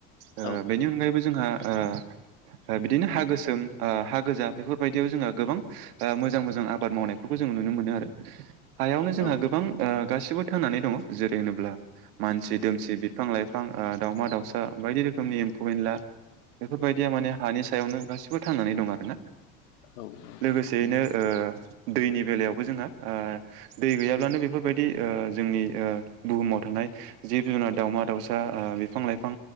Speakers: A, on the right; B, on the left.
A: ओ
B: औ
A: बेनि अनगायैबो जोंहा ओ ओ बिदिनो हा गोसोम ओ हा गोजा बेफोरबायदियाव जोंहा गोबां ओ मोजां मोजां आबाद मावनाय जों नुनो मोनो आरो हायावनो
B: औ
A: जोंहा गोबां ओ गासिबो थांनानै दङ जेरै होनोब्ला मानसि दोमसि बिफां लाइफां ओ दाावमा दाउसा बायदि रोखोमनि एम्फौ एनला बेफोरबायदिया माने हानि सायावनो गासिबो थांनानै दं आरोना
B: औ
A: लोगोसेयैनो
B: नंगौ
A: ओ दैनि बेलायावबो जोंहा ओ दै गैयाब्लानो बेफोरबायदि ओ जोंनि ओ बुहुमाव थानाय जिब जुनार दाउमा दाउसा ओ बिफां लाइफां